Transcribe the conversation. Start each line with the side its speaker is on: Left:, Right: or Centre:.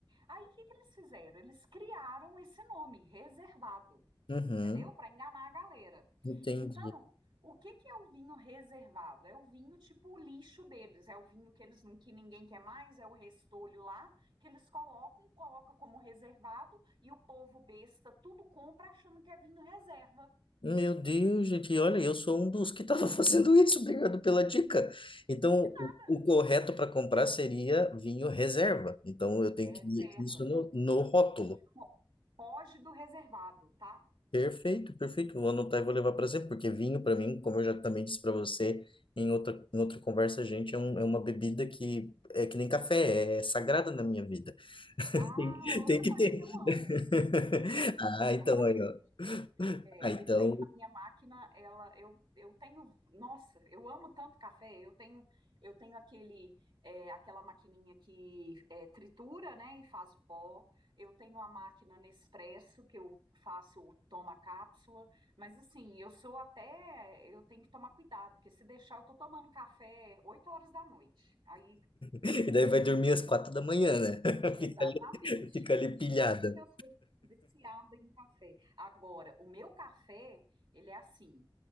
Right: Aí, o que que eles fizeram? Eles criaram esse nome, reservado
Left: Uhum.
Right: entendeu? Para enganar a galera.
Left: Entendi.
Right: Então, o que que é o vinho reservado? É o vinho tipo o lixo deles, é o vinho que eles que ninguém quer mais, é o restolho lá que eles colocam, coloca como reservado e o povo besta tudo compra achando que é vinho reserva.
Left: Meu Deus, gente, e olha, eu sou um dos que estava <laughs> fazendo isso, obrigado pela dica. Então,
Right: De nada,
Left: o, o correto para comprar seria vinho reserva. Então, eu tenho
Right: é
Left: que ir
Right: reserva.
Left: isso no, no rótulo.
Right: Fo- Foge do reservado, tá?
Left: Perfeito, perfeito. Vou anotar e vou levar para sempre, porque vinho, para mim, como eu já também disse para você em outra, em outra conversa, gente, é, um- é uma bebida que é que nem café, é é sagrada na minha vida. <laughs>
Right: Ah,
Left: Tem,
Right: outra
Left: tem que
Right: coisa
Left: ter.
Right: que eu amo.
Left: <laughs>
Right: É,
Left: Ah,
Right: exatamente.
Left: então aí, ó.
Right: É,
Left: Ah, então.
Right: eu tenho a minha máquina, ela, eu, eu tenho, nossa, eu amo tanto café. Eu tenho, eu tenho aquele, é, aquela maquininha que é, tritura, né, e faz o pó. Eu tenho a máquina Nespresso que eu faço, o toma cápsula. Mas assim, eu sou até, eu tenho que tomar cuidado, porque se deixar, eu tô tomando café 8 horas da noite. Aí
Left: E daí vai dormir às quatro da manhã, né? <laughs>
Right: Exatamente.
Left: Fica ali, fica ali
Right: De
Left: pilhada.
Right: Tanto que eu sou viciada em café. Agora, o meu café, ele é assim.